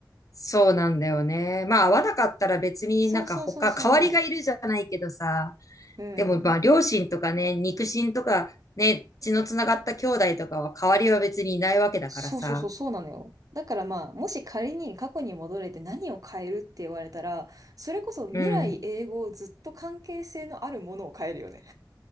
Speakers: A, on the left; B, on the right.
A: そうなんだよね。まあ、合わなかったら別になんか他、
B: そうそうそうそ
A: 代わりがいるじゃないけどさ、
B: う。うん。
A: でもまあ、両親とかね、肉親とか、ね、血のつながった兄弟とかは代わりは別にいないわけだからさ。
B: そうそうそう、そうなのよ。だからまあ、もし仮に過去に戻れて何を変えるって言われたら、それこそ未来永劫ずっと関係性のあるものを変えるよね。
A: うん。